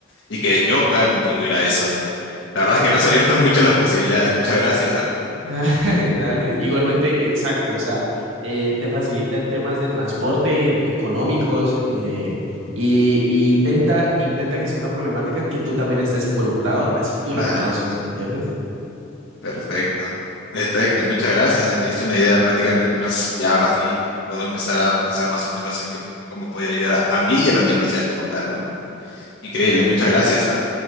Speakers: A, on the left (about 70°); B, on the right (about 80°).
A: y que yo pueda contribuir a eso, ¿no? La verdad es que me has abierto <laughs> muchas las posibilidades, muchas gracias, ¿ah?
B: Dale, igualmente, exacto. O sea, eh, te facilita en temas de transporte, económicos, eh, y, y intenta, intenta que sea una problemática que tú también estés involucrado, así tú
A: Claro,
B: la conoces, ¿me entiendes?
A: perfecto. Perfecto, muchas gracias, ah, Me diste una idea prácticamente más y ahora sí puedo empezar a pensar más o menos en qué, cómo poder ayudar a, a mí y a la universidad como tal, ¿no? Increíble, muchas gracias, ¿ah?